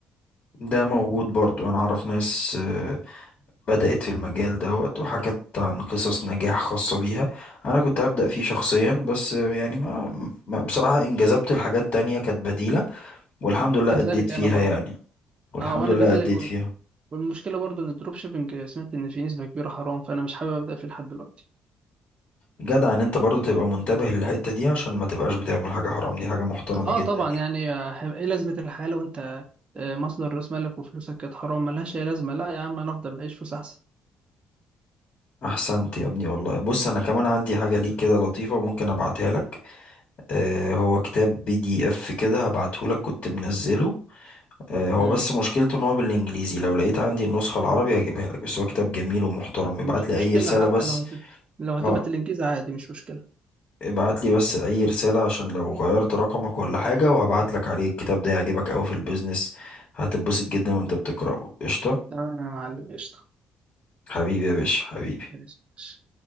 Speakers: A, on the left (about 50°); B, on the right (about 40°).
A: ده موجود برضو انا اعرف ناس آه، بدأت في المجال دوت وحكت عن قصص نجاح خاصة بيها أنا كنت هبدأ فيه شخصيا بس يعني ما, ما بصراحة انجذبت لحاجات تانية كانت بديلة والحمد لله
B: كذلك
A: أديت فيها
B: انا برضه
A: يعني والحمد
B: اه وانا
A: لله
B: كذلك
A: أديت فيها
B: والمشكله برضو ان الدروب شيبنج سمعت ان في نسبه كبيره حرام فانا مش حابب ابدا فيه لحد دلوقتي
A: جدع إن أنت برضو تبقى منتبه للحتة دي عشان ما تبقاش بتعمل حاجة حرام دي حاجة محترمة
B: اه
A: جدا
B: طبعا
A: يعني
B: يعني آه، هيبقى ايه لازمه الحياه لو انت آه، مصدر راس مالك وفلوسك كانت حرام ملهاش اي لازمه لا يا عم انا افضل اعيش فلوس احسن
A: أحسنت يا ابني والله بص أنا كمان عندي حاجة ليك كده لطيفة ممكن أبعتها لك آه هو كتاب بي دي إف كده هبعته لك كنت منزله آه، هو
B: مم.
A: بس مشكلته ان هو بالانجليزي لو لقيت عندي النسخة العربي هجيبها لك بس هو كتاب جميل ومحترم
B: مش
A: ابعت لي
B: مشكله
A: اي رسالة
B: حتى
A: بس
B: لو هت... لو هتبقى
A: اه
B: الانجاز عادي مش مشكله
A: ابعت لي بس اي رسالة عشان لو غيرت رقمك ولا حاجة وهبعت لك عليه الكتاب ده هيعجبك قوي في البيزنس هتتبسط جدا وانت بتقرأه قشطة
B: تمام يا معلم قشطه
A: حبيبي يا باشا حبيبي
B: ماشي.